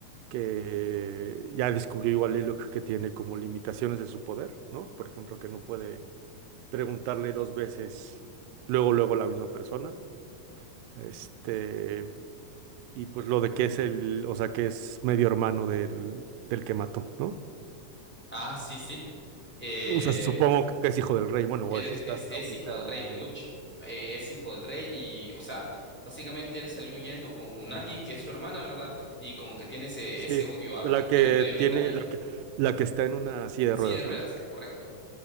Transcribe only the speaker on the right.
que ya descubrió igual Lilock que tiene como limitaciones de su poder, ¿no? Por ejemplo, que no puede preguntarle dos veces luego, luego a la misma persona. Este, y pues lo de que es el, o sea, que es medio hermano del, del que mató, ¿no?
O sea, supongo que es hijo del rey, bueno, o
eso está
hasta
ahorita.
Sí,
la
que
tiene, la que, la que está en una silla
de ruedas,
¿no?